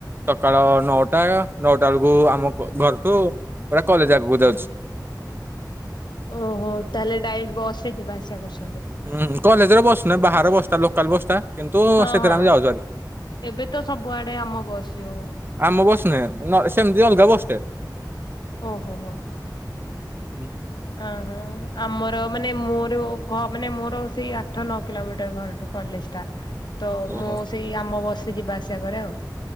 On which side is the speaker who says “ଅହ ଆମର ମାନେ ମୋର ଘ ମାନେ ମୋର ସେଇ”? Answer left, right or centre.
Left